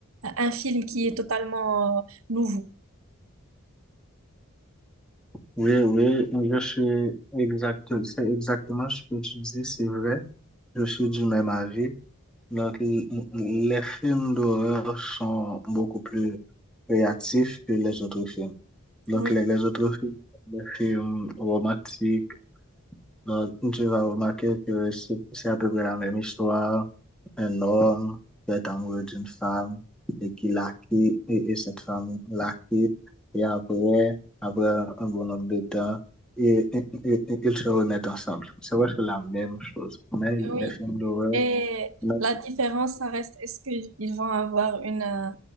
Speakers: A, on the right; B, in the centre.
A: un film qui est totalement euh, nouveau.
B: Oui, oui, oui, je suis exact, c'est exactement ce que tu dis, c'est vrai. Je suis du même avis. Donc, l- les films d'horreur sont beaucoup plus créatifs que les autres films. Donc,
A: Oui,
B: les, les autres films, les films romantiques, donc, tu vas remarquer que c'est c'est à peu près la même histoire. Un homme qui est amoureux d'une femme et qui la quitte, et, et cette femme la quitte. Et après, après un bon nombre de temps, et, et- et- et ils se remettent ensemble. C'est vrai que c'est la même chose. Mais les
A: oui.
B: films d'horreur,
A: Et
B: même
A: la différence, ça reste, est-ce qu'ils vont avoir une euh,